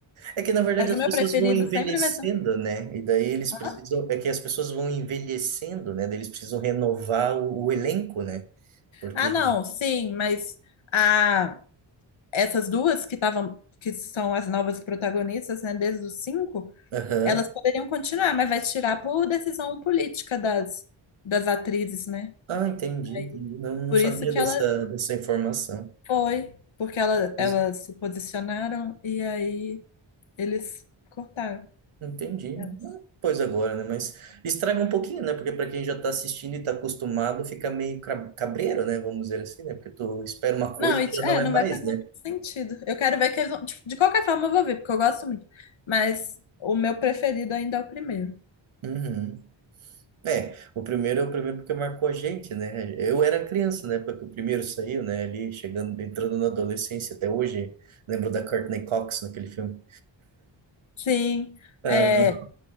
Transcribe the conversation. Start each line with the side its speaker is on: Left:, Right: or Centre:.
Right: É que na verdade
Left: Mas o
Right: as
Left: meu
Right: pessoas
Left: preferido
Right: vão envelhecendo,
Left: sempre vai ser.
Right: né? E daí eles
Left: Hã?
Right: precisam, é que as pessoas vão envelhecendo, né? Daí eles precisam renovar o, o elenco, né? Porque.
Left: Ah, não, sim, mas a essas duas que estavam, que são as novas protagonistas, né, desde os cinco,
Right: Aham.
Left: elas poderiam continuar, mas vai tirar por decisão política das, das atrizes, né?
Right: Ah, entendi, entendi.
Left: Aí,
Right: Não, não
Left: por
Right: sabia
Left: isso que
Right: dessa,
Left: ela
Right: dessa informação.
Left: foi, porque ela,
Right: Pois,
Left: elas se posicionaram e aí eles cortaram.
Right: entendi.
Left: elas.
Right: Ah, Pois agora, né? Mas estraga um pouquinho, né? Porque para quem já está assistindo e está acostumado, fica meio cra- cabreiro, né? Vamos dizer assim, né? Porque tu espera uma coisa
Left: Não, e
Right: e
Left: ti-
Right: já
Left: é,
Right: não é
Left: não
Right: mais,
Left: vai fazer
Right: né?
Left: muito sentido. Eu quero ver que eles vão. tipo, De qualquer forma, eu vou ver, porque eu gosto muito. Mas o meu preferido ainda é o primeiro.
Right: Uhum. É, o primeiro é o primeiro porque marcou a gente, né? Eu era criança na época que o primeiro saiu, né? Ali chegando, entrando na adolescência até hoje. Lembro da Courtney Cox naquele filme.
Left: Sim.
Right: Ah,
Left: é,